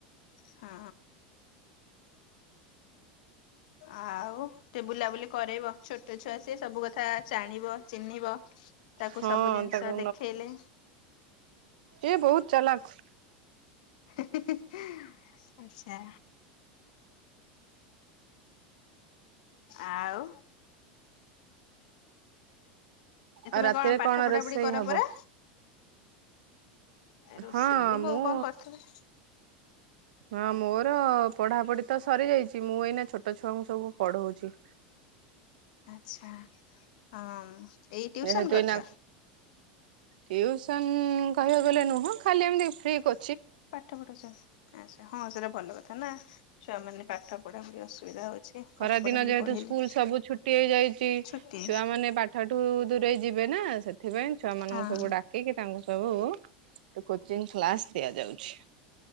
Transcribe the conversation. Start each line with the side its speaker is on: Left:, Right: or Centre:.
Left: ହଁ। ଆଉ। ଟିକେ ବୁଲାବୁଲି କରେଇବ ଛୋଟ ଛୁଆ ସିଏ ସବୁ କଥା ଜାଣିବ ଚିହ୍ନିବ। ତାକୁ
Right: ହଁ
Left: ସବୁ ଜିନିଷ
Right: ତାକୁ
Left: ଦେଖେଇଲେ।
Right: ଇଏ ବହୁତ ଚାଲାକ।
Left: ହେଁ ହେଁ ହେଁ ଆଛା। ଆଉ। ଏ
Right: ଆଉ
Left: ତମେ
Right: ରାତିରେ
Left: କଣ ପାଠ ପଢା
Right: ରୋଷେଇ
Left: ପଢି କର
Right: ହବ?
Left: ପରା? ରୋଷେଇ
Right: ହଁ ମୁଁ
Left: ବୋଉ କଣ କରୁଥିବେ।
Right: ହଁ ମୋର ପଢାପଢି ତ ସରି ଯାଇଛି ମୁଁ ଏଇନା ଛୋଟ ଛୁଆଙ୍କୁ ସବୁ ପଢଉଛି।
Left: ଆଚ୍ଛା, ହଁ। ଏଇ ଟିଉସନ
Right: ଯେହେତୁ
Left: କରୁଛ
Right: ଏଇନା ଟିଉଁସନ୍ କହିବାକୁ ଗଲେ ନୁହଁ ଖାଲି ଏମିତି ଫ୍ରି କୋ
Left: ପାଠ ପଢୁଛନ୍ତି ଆଚ୍ଛା, ହଁ ସେଇଟା ଭଲ କଥା। କାହିଁକି ନା ଛୁଆ ମାନେ ପାଠ ପଢାପଢି ଅସୁବିଧା ହଉଛି। ପାଠ
Right: ଖରାଦିନ
Left: ପଢାପଢି
Right: ଯେହେତୁ
Left: ପଢେଇଲେ
Right: ସ୍କୁଲ୍ ସବୁ ଛୁଟି ହେଇଯାଇଛି।
Left: ଛୁଟି
Right: ଛୁଆମାନେ ପାଠଠୁ ଦୂରେଇ ଯିବେ ନା, ସେଥିପାଇଁ ଛୁଆ ମାନଙ୍କୁ
Left: ହଁ।
Right: ସବୁ ଡାକିକି ତାଙ୍କୁ ସବୁ କୋଚିଂ କ୍ଲାସ ଦିଆଯାଉଛି।